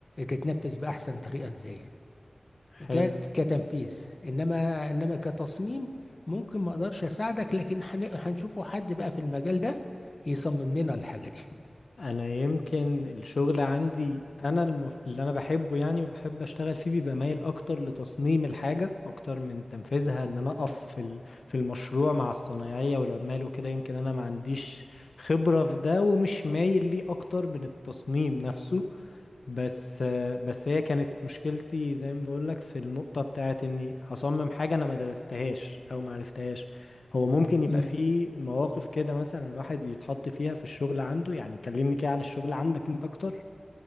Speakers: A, on the left; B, on the left.
A: تتنفذ بأحسن طريقة ازاي جات
B: حلو
A: كتنفيذ انما انما كتصميم ممكن ما اقدرش اساعدك لكن هن- هنشوفه حد بقى في المجال ده يصمم لنا الحاجه دي
B: أنا يمكن الشغل عندي أنا المف... اللي أنا بحبه يعني وبحب أشتغل فيه بيبقى مايل أكتر لتصميم الحاجة أكتر من تنفيذها إن أنا أقف في ال... في المشروع مع الصنايعية والعمال وكده يمكن أنا ما عنديش خبرة في ده ومش مايل ليه أكتر من التصميم نفسه بس بس هي كانت مشكلتي زي ما بقولك في النقطة بتاعت اني هصمم حاجة انا ما درستهاش او ما عرفتهاش هو ممكن يبقى
A: امم
B: في مواقف كده مثلا الواحد يتحط فيها في الشغل عنده يعني كلمني كده عن الشغل عندك انت اكتر